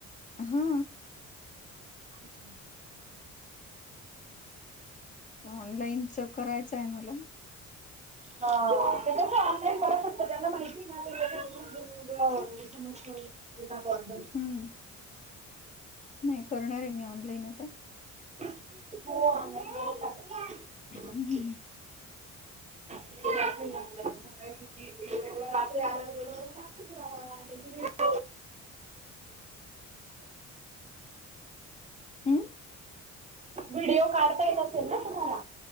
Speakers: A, on the left; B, on the right.
A: हा
B: हम्
A: ऑनलाईनच करायचं आहे मला
B: हा त्याच ऑनलाईन बघु शकत ज्यांना माहिती ना ते लोकं त्याच्या मागचं पिठाचं आॉडऀर
A: हम्म. नाही करणार आहे मी ऑनलाईन आता
B: हो ऑनलाइन वरचं टाकायचं
A: हम्म
B: काही असेल ना मला सांगायचं की बाकी आल सोडून <inaudible>
A: हो
B: व्हिडिओ काढता येत असेल ना तुम्हाला